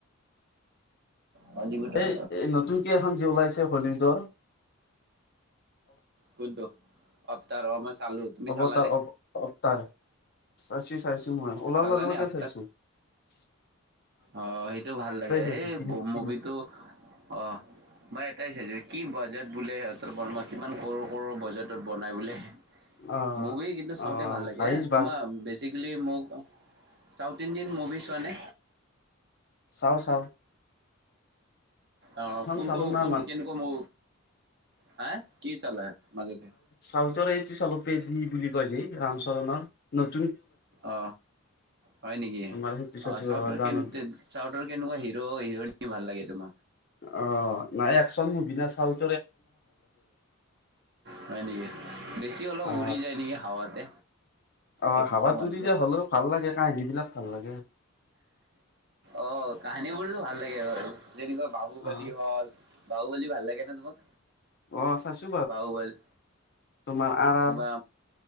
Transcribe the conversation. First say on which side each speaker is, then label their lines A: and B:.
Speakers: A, on the right; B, on the left.
A: হলিউডৰ
B: সেই এ নতুনকে এখন যি ওলাইছে হলিউডৰ
A: কোনটো? অবতাৰ অ মই চালো তুমি
B: অৱতাৰ
A: চালানে?
B: অৱ অৱতাৰ চাইছো-চাইছো মই ওলাৰ
A: চালানে
B: লগে লগে
A: অৱতাৰ?
B: চাইছো ৷
A: অ সেইটো ভাল লাগে
B: চাইছো
A: সেই
B: তিনি তিনি
A: মুভিটো অ মই এটাই চাইছো কি বাজেট বোলেহ তাৰপৰা মই কিমান কৰৰ-কৰৰ বজাৰটোত বনাই বোলে
B: অ',
A: মুভি কিন্তু চাওঁতে
B: অ',
A: ভাল লাগে
B: হাইজ
A: এ
B: বাজ
A: তোমাৰ বেছি বুলি মোক চাউথ ইণ্ডিয়ান মুভি চোৱা নে?
B: চাওঁ-চাওঁ
A: অ কোনটো-কোনটো
B: চালো না
A: কেনেকুৱা মো হা কি চালা মাজতে
B: চউচৰ এইেই চলপেদি বুলি কয় যে ৰামচৰণৰ নত
A: অ হয় নেকি
B: তোমাৰ সেইটো চাইছো
A: অ চাউতৰ
B: জানো
A: কে চাউথৰ কেনেকুৱা হিৰ' হিৰইনী ভাল লাগে? জমা।
B: অ নাই একচোন না চাউৰ
A: হয় নেকি বেছি অলপ
B: অ
A: উৰি যায় নেকি হাৱাতে।
B: অ
A: এক গুচা
B: হাৱাত
A: মাৰিলে
B: উৰি যে হলেও ভাল লাগে কাহিনী বিলাক ভাল লাগে।
A: অ কাহিনী বোৰতো ভাল লাগে বাৰু। যেনেকুৱা বাহুবলী
B: অ।
A: হল বাহুবলী ভাল লাগে ন তোমাক?
B: অ চাইছো
A: বাহুবলী
B: তোমাৰ আৰ
A: কিবা
B: আৰ